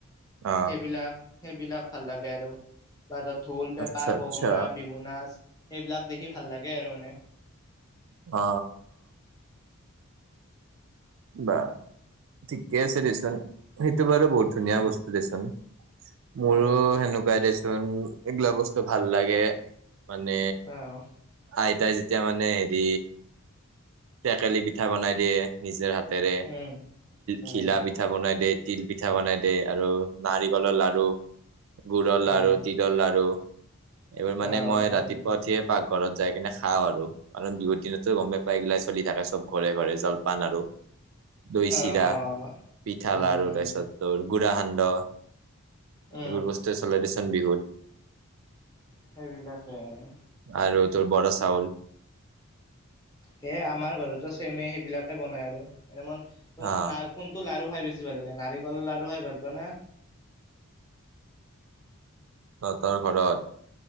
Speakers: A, on the right; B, on the left.
A: অ
B: সেইবিলাক সেইবিলাক ভাল লাগে আৰু হাতত ঢোল পেঁপা
A: আচ্ছা আচ্ছা
B: গগনা বিহু নাচ সেইবিলাক দেখি ভাল লাগে আৰু মানে
A: অ বা ঠিকে আছে দেচোন সেইটো বাৰু বহুত ধুনীয়া
B: উম
A: বস্তু দেচোন মোৰো
B: উম
A: সেনেকুৱাই দেচোন এইগিলা বস্তু ভাল লাগে মানে
B: আহ
A: আইতাই এতিয়া মানে হেৰি টেকেলি পিঠা বনাই দিয়ে নিজৰ হাত হাতেৰে
B: উম উম
A: ঘিলা পিঠা বনাই দে হাতেৰে তিল পিঠা বনাই দে আৰু নাৰিকলৰ লাৰু গুডৰ লাৰু
B: আহ
A: তিলৰ লাড়ু এইবাৰ মানে
B: আহ
A: মই ৰাতিপুৱা
B: সেইবিলাক
A: উঠিয়ে পাক ঘৰত যাই কিনে খাওঁ আৰু কাৰণ বিহুৰ দিনতো গমে পাইগিলাই চলি থাকে চব ঘৰে ঘৰে জলপান আৰু দৈ
B: আহ
A: চিৰা
B: আহ
A: পিঠা
B: উম
A: লাড়ু
B: উম
A: তাৰপিছত তৰ গুড়া সান্দ
B: উম
A: এইবোৰ বস্তুৱে চলোই দিচোন বিহুত
B: সেইবিলাকে আৰু।
A: আৰু তোৰ বৰা চাউল
B: সেয়ে আমাৰ ঘৰতো চেমে সেইবিলাকে বনাই আৰু এনে মন
A: হা
B: না কোনটো লাৰু খাই বেছি ভাল লাগে, নাৰিকলৰ লাড়ো খাই ভাল পোৱা না?
A: তঁহতৰ ঘৰত